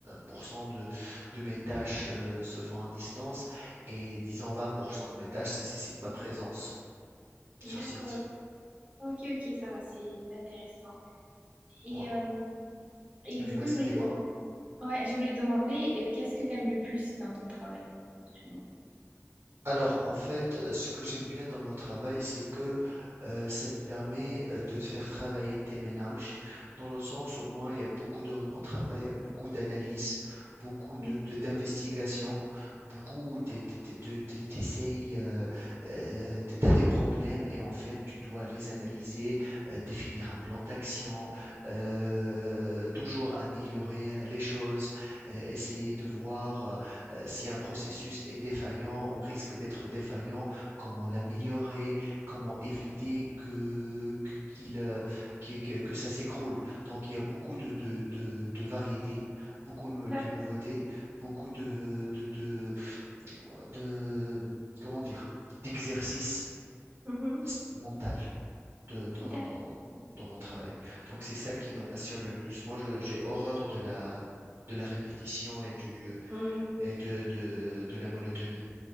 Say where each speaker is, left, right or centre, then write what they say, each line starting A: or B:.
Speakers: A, on the right; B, on the right.
A: pour cent de, de mes tâches euh, se font à distance et disons 20% de mes tâches nécessitent ma présence
B: D'accord.
A: sur site.
B: Ok, ok, ça va, c'est c'est intéressant. Et,
A: Ouais.
B: euh, et
A: Oui,
B: du
A: vas-y,
B: coup, je voulais
A: dis-moi.
B: demander, ouais, je voulais demander euh, qu'est-ce que t'aimes le plus dans ton travail actuellement?
A: Alors, en fait, euh, ce que j'aime bien dans mon travail, c'est que euh, ça te permet euh, de te faire travailler tes ménages, dans le sens où moi, il y a beaucoup de mon travail, il y a beaucoup d'analyses, beaucoup de,
B: Mhm.
A: de- d'investigations, beaucoup où tu essayes, tu as des problèmes et en fait, tu dois les analyser, euh, définir un plan d'action, euh, toujours améliorer euh, les choses, euh, essayer de voir euh, si un processus est défaillant ou risque d'être défaillant, comment l'améliorer, comment éviter que, que- qu'il, euh, que, que- que ça s'écroule. Donc il y a beaucoup de, de, de- de variétés, beaucoup nou-
B: D'accord.
A: de nouveautés, beaucoup de, de, de, de- comment dire, d'exercices
B: Mhm.
A: s- mental. de- dans,
B: D'accord.
A: dans- dans mon travail. Donc c'est ça qui me passionne le plus. Moi, je- j'ai horreur de la, de la répétition et du,
B: Hum, oui,
A: et de,
B: oui.
A: de, de la monotonie.